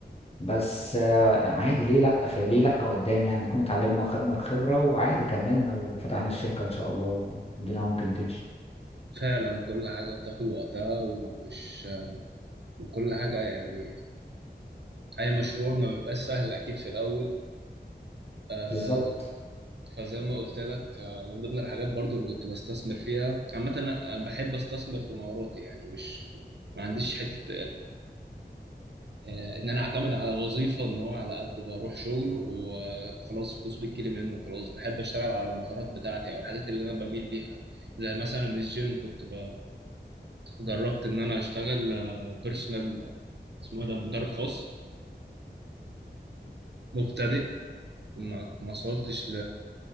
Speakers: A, on the left; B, on the right.
A: بس آه، عادي ليه لأ في ليه لأ قدام يعني نكون اتعلمنا وخدنا الخبرة وعادي كملنا وفتحنا الشركة إن شاء الله والدنيا ممكن تمشي
B: فعلا كل حاجة بتاخد وقتها ومش وكل حاجة يعني أي مشروع ما بيبقاش سهل أكيد في الأول آه
A: بالظبط
B: فزي ما قلت لك آه من ضمن الحاجات برضو اللي كنت بستثمر فيها عامة أنا أنا بحب أستثمر في مهاراتي يعني مش ما عنديش حتة آه، ان انا اعتمد على وظيفه ان هو على قد بروح شغل وخلاص فلوس بتجيلي منه وخلاص بحب اشتغل على المهارات بتاعتي او الحاجات اللي انا بميل ليها زي مثلا الجيم كنت ب- جربت ان انا اشتغل بيرسونال اسمه إيه ده مدرب خاص مبتدئ ما ما وصلتش